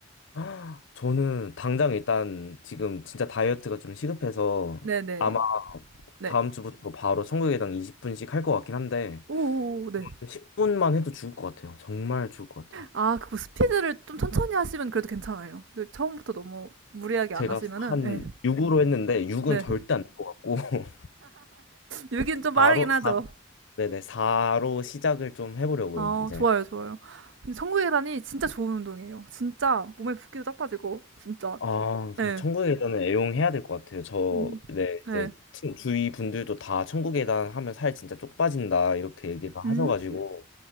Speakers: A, on the left (about 65°); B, on the right (about 60°).
A: <gasps> 저는 당장 일단 지금 진짜 다이어트가 좀 시급해서
B: 네, 네.
A: 아마
B: 네.
A: 다음 주부터 바로 청구계단 20분씩 할 것 같긴 한데
B: 오오오 네.
A: 10분만 해도 죽을 것 같아요. 정말 죽을 것 같아요.
B: 아, 그거 스피드를 좀 천천히 하시면 그래도 괜찮아요. 그 처음부터 너무 무리하게
A: 제가
B: 안 하시면은
A: 한
B: 예.
A: 6으로 했는데 6은
B: 네.
A: 절대 안 될 것 같고 <laughs>
B: 여긴 좀 빠르긴
A: 4로
B: 하죠.
A: 4, 네네 4로 시작을 좀 해보려고요,
B: 아,
A: 이제.
B: 좋아요, 좋아요. 근데 천국의 계단이 진짜 좋은 운동이에요. 진짜 몸에 붓기도 딱 빠지고 진짜.
A: 아,
B: 예.
A: 천국의 계단은 애용해야 될 것 같아요. 저,
B: 음.
A: 네,
B: 예.
A: 이제 친- 주위 분들도 다 천국의 계단 하면 살 진짜 쪽 빠진다 이렇게 얘기를 하셔가지고,
B: 음.